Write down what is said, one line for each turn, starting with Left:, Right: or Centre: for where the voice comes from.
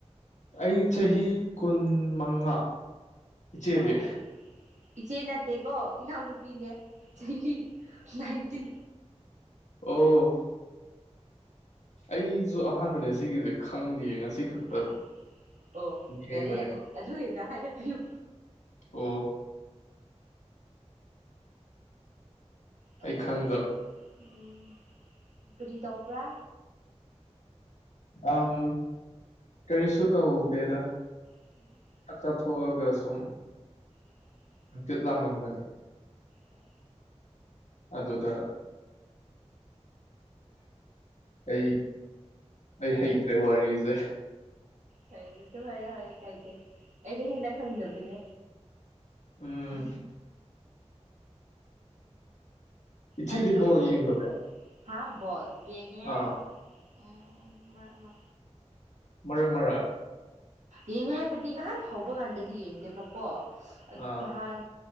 Left: ꯑꯩ ꯆꯍꯤ ꯀꯨꯟ ꯃꯉꯥ ꯏꯆꯦꯗꯤ
Right: ꯍꯣꯏ ꯏꯆꯦ ꯅꯠꯇꯦꯀꯣ ꯏꯅꯥꯎꯅꯨꯄꯤꯅꯦ ꯆꯍꯤ ꯅꯥꯏꯟꯇꯤꯟ
Left: ꯑꯣ ꯑꯩꯁꯨ ꯑꯍꯥꯟꯕꯅꯦ ꯁꯤꯒꯤꯁꯦ ꯈꯪꯗꯦꯌꯦ ꯉꯁꯤ ꯈꯛꯇ
Right: ꯑꯣ ꯑꯣ ꯑꯣ
Left: ꯌꯦꯡꯕꯅꯦ
Right: ꯌꯥꯔꯦ ꯌꯥꯔꯦ ꯑꯗꯨ <unintelligible> ꯍꯥꯏꯔꯛꯀꯅꯨ
Left: ꯑꯣ
Right: <unintelligible>
Left: ꯑꯩ ꯈꯪꯗꯕ
Right: ꯀꯔꯤ ꯇꯧꯕ꯭ꯔꯥ
Left: ꯑꯝ ꯀꯔꯤꯁꯨ ꯇꯧꯗꯦꯗ
Right: <unintelligible>
Left: ꯆꯥꯛ ꯆꯥꯊꯣꯛꯑꯒ ꯁꯨꯝ
Right: <unintelligible>
Left: ꯍꯪꯆꯤꯠ ꯂꯥꯡꯉꯝꯕꯅꯦ
Right: ꯑꯣ
Left: ꯑꯗꯨꯗ ꯑꯩ ꯑꯩ ꯍꯩꯇ꯭ꯔꯦ ꯋꯥꯔꯤꯁꯦ
Right: ꯐꯩ ꯑꯗꯨ ꯍꯥꯏꯌꯣ ꯍꯥꯏꯌꯣ ꯀꯥꯏꯗꯦ ꯑꯩꯅ ꯍꯦꯟꯅ ꯈꯪꯗꯕꯅꯦ
Left: ꯎꯝ ꯏꯆꯦꯗꯤ
Right: ꯑꯗꯨꯗ
Left: ꯕꯣꯜ
Right: ꯑꯗꯨꯨ ꯀ
Left: ꯌꯦꯡꯗꯕ꯭ꯔꯣ
Right: ꯍꯥ ꯕꯣꯜ ꯌꯦꯡꯉꯦ
Left: ꯑꯥ
Right: ꯎꯝ ꯃ
Left: ꯃꯔꯛ ꯃꯔꯛ
Right: ꯌꯦꯡꯉꯦ ꯍꯥꯏꯕꯗꯤ ꯅꯍꯥꯟ ꯍꯧꯕ ꯀꯥꯟꯗꯗꯤ ꯌꯦꯡꯗꯦꯕꯀꯣ
Left: ꯑꯥ
Right: ꯅꯍꯥꯟ